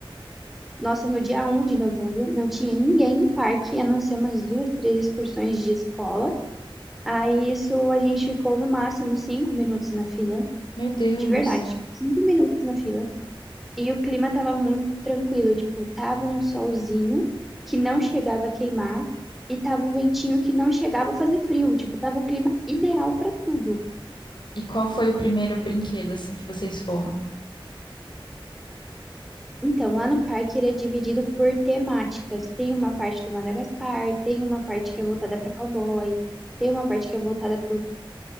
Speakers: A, in the centre; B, on the left (about 55°).
A: Nossa, no dia um de novembro não tinha ninguém no parque, a não ser umas duas, três excursões de escola. Aí isso a gente ficou no máximo cinco minutos na fila,
B: Meu Deus.
A: de verdade, tipo, cinco minutos na fila. E o clima tava muito tranquilo, tipo, tava um solzinho que não chegava a queimar e tava um ventinho que não chegava a fazer frio, tipo, tava o clima ideal pra tudo.
B: E qual foi o primeiro brinquedo, assim, que vocês foram?
A: Então, lá no parque ele é dividido por temáticas. Tem uma parte de Madagascar, tem uma parte que é voltada para cowboy, tem uma parte que é voltada